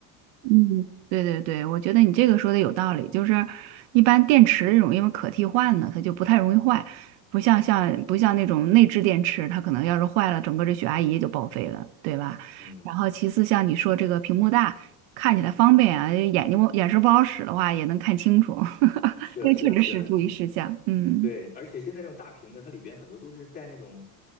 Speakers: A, on the right (about 65°); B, on the left (about 20°).
A: 嗯对对对，我觉得你这个说的有道理，就是一般电池这种因为可替换的，它就不太容易坏，不像像不像那种内置电池，它可能要是坏了，整个这血压仪就报废了，对吧？
B: 嗯，
A: 然后其次像你说这个屏幕大，看起来方便啊，眼睛不眼神不好使的话也能看清楚，<laughs>
B: 是啊，
A: 这确实是注意事项，
B: 是啊，是啊，嗯。
A: 嗯。
B: 对，而且现在这种大屏的，它里边很多都是带那种